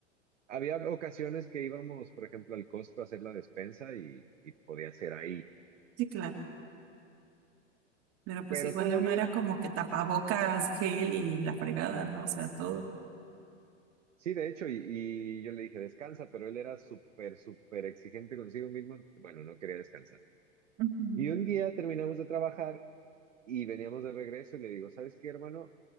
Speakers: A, on the right; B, on the right.
A: había ocasiones que íbamos, por ejemplo, al Costco a hacer la despensa y, y podía ser ahí,
B: Sí, claro, pero pues
A: pero
B: igual
A: todo
B: uno
A: bien.
B: era como que tapabocas, gel y la fregada, ¿no? O sea, todo.
A: Sí, de hecho, y, y yo le dije, descansa, pero él era súper, súper exigente consigo mismo. Bueno, no quería descansar.
B: Ujú,
A: Y un día terminamos de trabajar Y veníamos de regreso y le digo, ¿sabes qué, hermano?